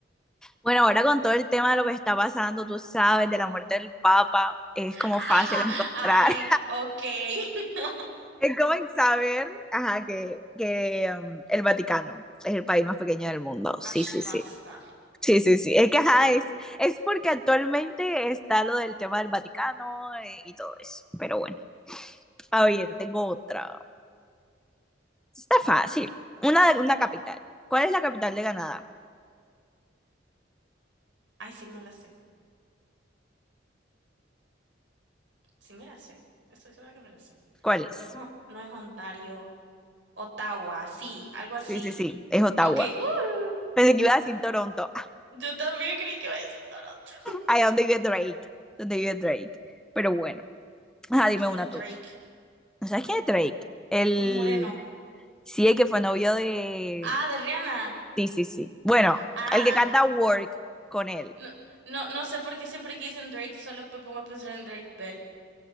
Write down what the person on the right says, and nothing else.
<laughs>
Ajá,
ay, ok. <laughs>
Ash,
basta.
Ay, sí me la sé. Sí me la sé. Estoy segura que me la sé.
No, no es Ontario. Ottawa, sí, algo así.
Ok, uh,
yo también creí que iba a decir Toronto.
¿Quién
es Drake?
El moreno.
Ah, de Rihanna.
Ah,
no, no, no sé por qué siempre que dicen Drake solo me pongo a pensar en Drake Bell.